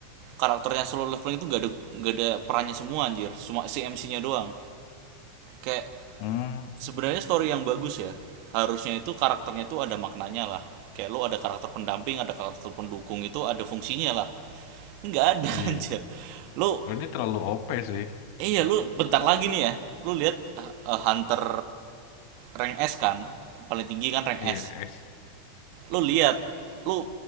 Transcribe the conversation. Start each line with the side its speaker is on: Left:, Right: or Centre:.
Right: karakternya solo leveling itu gak ada gak ada perannya semua anjir, cuma si MC-nya doang. Kayak
Left: Hmm.
Right: sebenarnya story yang bagus ya. Harusnya itu karakternya tuh ada maknanya lah. Kayak lu ada karakter pendamping, ada karakter pendukung itu ada fungsinya lah. Nggak ada
Left: Iya.
Right: <laughs> anjir. Lu
Left: Kalau dia terlalu OP sih.
Right: Eh, iya lu bentar lagi nih ya lu lihat uh, uh, hunter rank S kan paling tinggi kan rank
Left: Iya,
Right: S
Left: ex-
Right: lu lihat lu